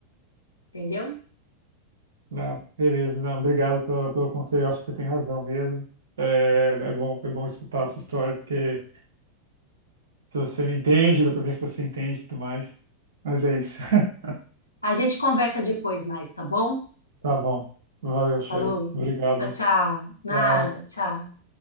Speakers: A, on the left (about 80°); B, on the right (about 60°).
A: entendeu?
B: Não, beleza. Não, obrigado pelo, pelo conselho. Eu acho que você tem razão mesmo. É, é bom, foi bom escutar a sua história, porque se você me entende, dá pra ver que você entende e tudo mais. Mas é isso. <laughs>
A: A gente conversa depois mais, tá bom?
B: Tá bom. Valeu, Sheila.
A: Falou.
B: Obrigado.
A: Tchau, tchau. Nada,
B: Tchau.
A: tchau.